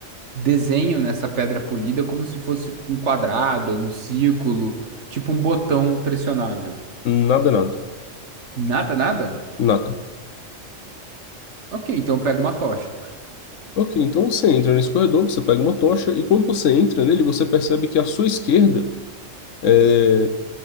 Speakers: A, on the right; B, on the left.
A: desenho nessa pedra polida como se fosse um quadrado ou um círculo, tipo um botão pressionável.
B: Nada, nada,
A: Nada, nada?
B: nada.
A: Ok, então eu pego uma tocha.
B: Ok, então você entra nesse corredor, você pega uma tocha e quando você entra nele, você percebe que à sua esquerda, é,